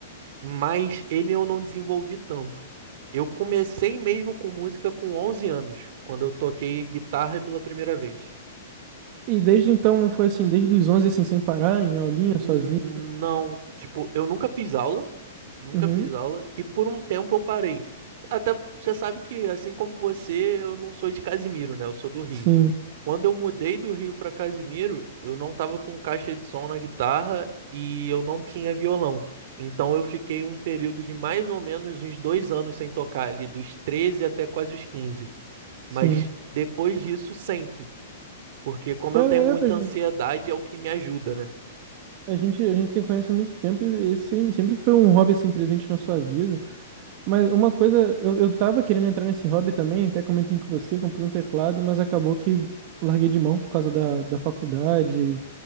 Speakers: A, on the right (about 50°); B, on the right (about 35°).
A: mas ele eu não desenvolvi tanto. Eu comecei mesmo com música com 11 anos, quando eu toquei guitarra pela primeira vez.
B: E desde então foi assim, desde os 11 assim, sem parar, em aulinha,
A: N-
B: sozinho.
A: Não, tipo, eu nunca fiz aula, nunca
B: Uhum.
A: fiz aula, e por um tempo eu parei. Até você sabe que, assim como você, eu não sou de Casimiro, né? Eu sou do Rio.
B: Sim,
A: Quando eu mudei do Rio para Casimiro, eu não tava com caixa de som na guitarra e eu não tinha violão. Então eu fiquei um período de mais ou menos uns dois anos sem tocar, ali dos 13 até quase os 15.
B: sim.
A: Mas depois disso, sempre. Porque como
B: Cara,
A: eu tenho
B: é,
A: muita
B: a gente,
A: ansiedade, é o que me ajuda, né?
B: a gente a gente se conhece há muito tempo e esse sempre foi um hobby, assim, presente na sua vida. Mas uma coisa, eu, eu tava querendo entrar nesse hobby também, até comentei com você, comprei um teclado, mas acabou que larguei de mão por causa da, da faculdade.